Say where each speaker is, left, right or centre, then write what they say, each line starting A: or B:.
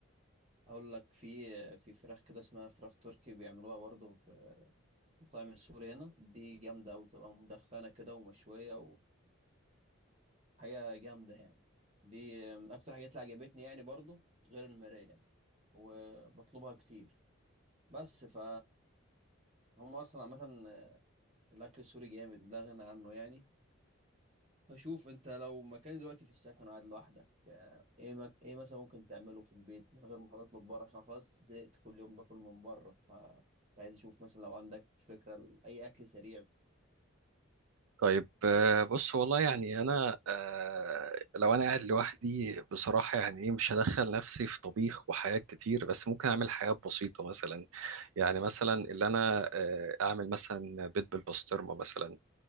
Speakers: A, on the right (about 30°); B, on the right (about 85°).
A: اقول لك في في فراخ كده اسمها فراخ تركي بيعملوها برضو في المطاعم السوري هنا دي جامده قوي بتبقى مدخنه كده ومشويه حاجة جامدة يعني دي من أكتر حاجات اللي عجبتني يعني برضو غير المراية يعني وبطلبها كتير بس ف هم أصلا عامة الأكل السوري جامد لا غنى عنه يعني فشوف أنت لو مكان دلوقتي في السكن قاعد لوحدك آه، إيه مك... إيه مثلا ممكن تعمله في البيت من غير ما نطلب بره عشان خلاص زهقت كل يوم باكل من بره ف كنت عايز أشوف مثلا لو عندك فكرة لأي أكل سريع
B: طيب آه، بص والله يعني انا آه، لو انا قاعد لوحدي بصراحه يعني ايه مش هدخل نفسي في طبيخ وحاجات كتير بس ممكن اعمل حاجات بسيطه مثلا يعني مثلا اللي انا آه، اعمل مثلا بيض بالبسطرمه مثلا